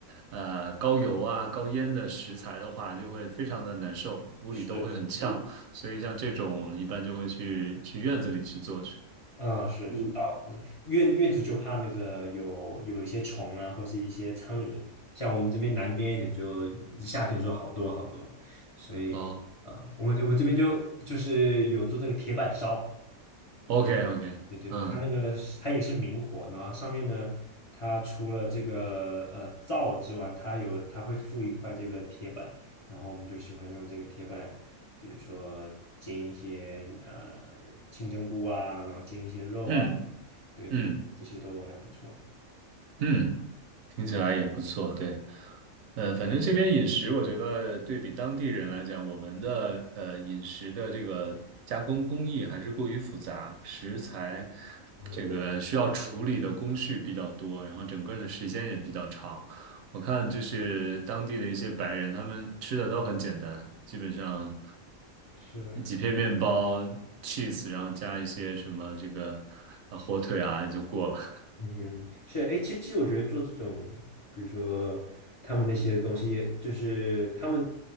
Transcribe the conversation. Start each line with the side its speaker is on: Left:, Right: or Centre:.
Right: 呃高油啊、高烟的食材的话，就会非常的难受，屋里都会很呛。
Left: 是。
Right: 所以像这种我们一般就会去去院子里去做去。
Left: 嗯，是是，
Right: 嗯，
Left: 到那院院子就怕那个有有一些虫啊，或是一些苍蝇。像我们这边南边一点就，夏天的时候好多好多，所以呃，
Right: 哦
Left: 我们我们这边就就是有做这个铁板烧，
Right: ，OK OK，
Left: 对对对，
Right: 嗯
Left: 它那个是它也是明火，然后上面呢，它除了这个呃灶之外，它有它会附一块这个铁板，然后我们就喜欢用这个铁板，比如说煎一些呃清蒸菇啊，然后煎一些肉啊。
Right: 嗯
Left: 对对，
Right: 嗯
Left: 这些都还不错。
Right: 嗯，听起来也不错，对。呃，反正这边饮食，我觉得对比当地人来讲，我们的呃饮食的这个加工工艺还是过于复杂，食材
Left: 嗯
Right: 这个需要处理的工序比较多，然后整个的时间也比较长。我看就是当地的一些白人，他们吃的都很简单，基本上
Left: 是，
Right: 几片面包、cheese，然后加一些什么这个呃火腿啊就过了。
Left: 嗯，是，哎，其实其实我觉得做这种，比如说他们那些东西，就是他们